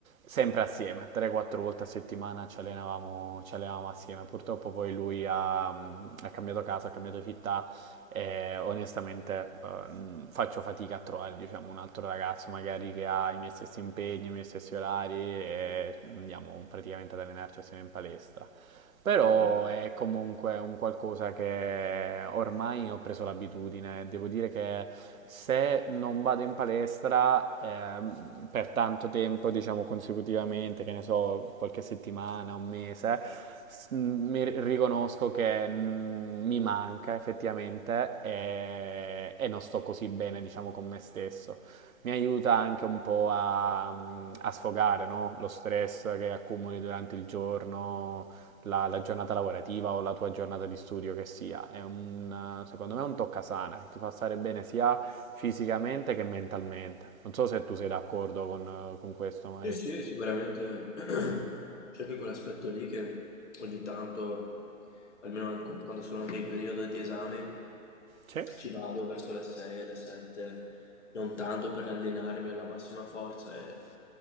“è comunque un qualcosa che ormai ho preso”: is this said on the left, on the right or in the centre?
Right